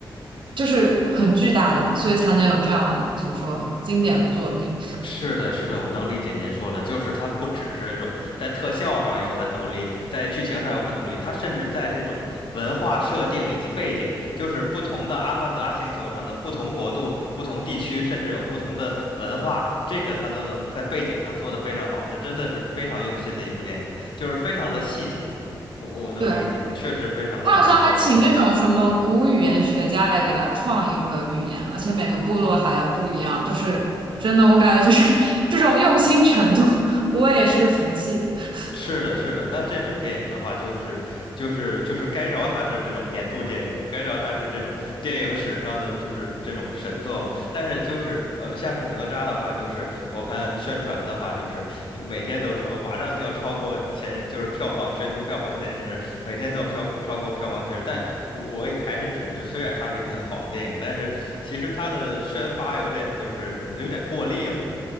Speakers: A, on the right; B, on the left.
A: 就是很巨大的嘛，所以才能有这样怎么说经典的作品。
B: 是的，是的，我能理解您说的，就是它不只是这种在特效上有很努力，在剧情上有很努力，它甚至在这种文化设定以及背景，就是不同的《阿凡达》星球上的不同国度、不同地区，甚至有不同的文化，这个它都能在背景上做得非常好，这真的是非常用心的一部电影，就是非常的细节，我我能理解，
A: 对，
B: 确实非常的难以超越。
A: 他好像还请那种什么古语言学家来给他创一个语言，而且每个部落还要不一样，就是真的，我感觉就是 <laughs> 这种用心程度，我也是服气。<laughs>
B: 是的，是的，那这种电影的话，就是就是就是该着它是这种年度电影，该着它是这种电影史上的就是这种神作嘛。但是就是呃，像是哪吒的话，就是我看宣传的话，就是每天都说马上就要超过前，就是票房全球票房前十，每天都要票超过票房前十。但我我也还是觉得，就虽然它是一个很好的电影，但是其实它的宣发有点就是有点过力了。